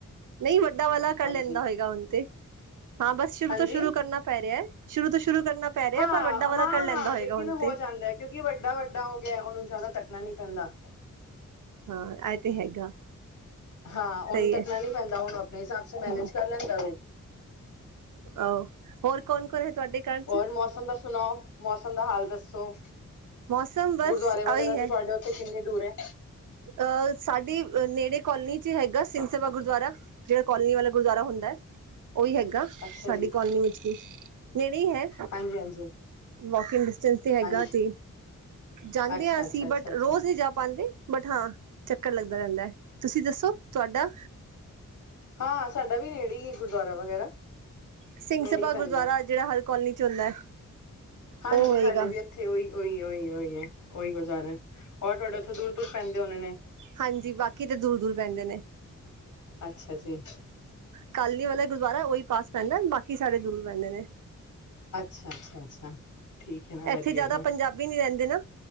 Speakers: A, on the right; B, on the left.
A: ਨਹੀਂ ਵੱਡਾ ਵਾਲਾ ਕਰ
B: ਹਾਂਜੀ
A: ਲੈਂਦਾ ਹੋਏਗਾ। ਹੁਣ ਤੇ ਹਾਂ। ਬਸ ਸ਼ੁਰੂ
B: ਹਾਂਜੀ
A: ਤੋਂ ਸ਼ੁਰੂ ਕਰਨਾ ਪੈ ਰਿਹਾ। ਸ਼ੁਰੂ ਤੋਂ ਸ਼ੁਰੂ ਕਰਨਾ ਪੈ ਰਿਹਾ
B: ਹਾਂ-
A: ਪਰ ਵੱਡਾ ਵਾਲਾ
B: ਹਾਂ-
A: ਕਰ ਲੈਂਦਾ
B: ਹਾਂ
A: ਹੋਏਗਾ
B: ਲੇਕਿਨ
A: ਹੁਣ
B: ਹੋ
A: ਤੇ
B: ਜਾਂਦਾ। ਕਿਉਂਕਿ ਵੱਡਾ- ਵੱਡਾ ਹੋ ਗਿਆ ।ਉਹਨੂੰ ਜ਼ਿਆਦਾ ਤੱਕ ਣਾ ਨੀ ਪੈਂਦਾ।
A: ਹਾਂ, ਇਹ ਤੇ ਹੈਗਾ।
B: ਹਾਂ। ਉਹਨੂੰ
A: ਸਹੀ
B: ਤੱਕਣਾ
A: ਹੈ
B: ਨੀ ਪੈਂਦਾ। ਉਹਨੂੰ ਆਪਣੇ ਹਿਸਾਬ ਮੈਨੇਜ
A: ਹਮ
B: ਕਰ ਲੈਂਦਾ ਵ।
A: ਆਹੋ ਹੋਰ ਕੌਣ -ਕੌਣ ਹੈ ਤੁਹਾਡੇ ਘਰ? ਚ
B: ਹੋਰ ਮੌਸਮ ਦਾ ਸੁਣਾਓ, ਮੌਸਮ ਦਾ ਹਾਲ ਦੱਸੋ?
A: ਮੌਸਮ ਬਸ
B: ਗੁਰਦੁਆਰੇ
A: ਆਹੀ
B: ਵਗੈਰਾ ਤੋਂ
A: ਹੈ
B: ਤੁਹਾਡੇ ਉੱਥੇ ਕਿੰਨੀ ਦੂਰ ਹੈ?
A: ਅਹ ਸਾਡੀ ਨੇੜੇ ਕਾਲੋਨੀ ਚ ਹੈਗਾ। ਸਿੰਘ ਸਭਾ ਗੁਰਦੁਆਰਾ ਜਿਹੜਾ ਕਾਲੋਨੀ ਵਾਲਾ ਗੁਰਦੁਆਰਾ ਹੁੰਦਾ। ਉਹੀ ਹੈਗਾ।
B: ਅੱਛਾ
A: ਸਾਡੀ
B: ਜੀ
A: ਕੋਲੋਨੀ ਵਿਚ ਵੀ, ਨੇੜ ਹੈ।
B: ਹਾਂਜੀ ਹਾਂਜੀ
A: ਵਾਕਿੰਗ ਡਿਸਟੈਂਸ ਤੇ ਹੈਗਾ
B: ਹਾਂਜੀ
A: ਤੇ, ਜਾਂਦੇ
B: ਅੱਛਾ
A: ਹ ਅਸੀਂ
B: ਅੱਛਾ
A: ਬਟ
B: ਅੱਛਾ ਅੱਛਾ
A: ਰੋਜ਼ ਨਹੀਂ ਜਾ ਪਾਉਂਦੇ। ਪ ਹਾਂ ਚੱਕਰ ਲੱਗਦਾ ਰਹਿੰਦਾ ਹੈ। ਤੁਸੀਂ ਦੱਸੋ ਤੁਹਾਡਾ
B: ਹਾਂ। ਸਾਡਾ ਵੀ ਨੇੜੇ ਹੀ ਹੈ ਗੁਰਦੁਆਰਾ ਵਗੈਰਾ
A: ਸਿੰਘ
B: ਮਿਲ
A: ਸਭਾ
B: ਪੈਂਦਾ।
A: ਗੁਰਦੁਆਰਾ ਜਿਹੜਾ ਹਰ ਕਲੋਨੀ ਚ ਹੁੰਦਾ ਹੈ
B: ਹਾਂਜੀ।
A: ਉਹ ਹੋਏਗਾ
B: ਸਾਡੇ ਵੀ ਇੱਥੇ ਉਹੀ ਉਹੀ- ਉਹੀ- ਉਹੀ- ਉਹੀ ਗੁਜ਼ਾਰਾ ਔਰ ਤੁਹਾਡੇ ਉੱਥੋਂ ਦੂਰ- ਦੂਰ ਪੈਂਦੇ ਹੋਣੇ ਨੇ।
A: ਹਾਂਜੀ ਬਾਕੀ ਤੇ ਦੂਰ ਦੂਰ ਪੈਂਦੇ ਨੇ
B: ਅੱਛਾ ਜੀ।
A: ਕੱਲ ਨੀ ਵਾਲਾ ਗੁਦਵਾਰਾ ਉਹੀ ਪਾਸ ਪੈਂਦਾ। ਬਾਕੀ ਸਾਡੇ ਦੂਰ ਪੈਂਦੇ ਨੇ।
B: ਅੱਛਾ- ਅੱਛਾ- ਅੱਛਾ। ਠੀਕ ਹੈ ਨਾ ਵਧੀਆ
A: ਇੱਥੇ ਜਿਆਦਾ
B: ਨਾ
A: ਪੰਜਾਬੀ ਨੀ ਰਹਿੰਦੇ ਨਾ।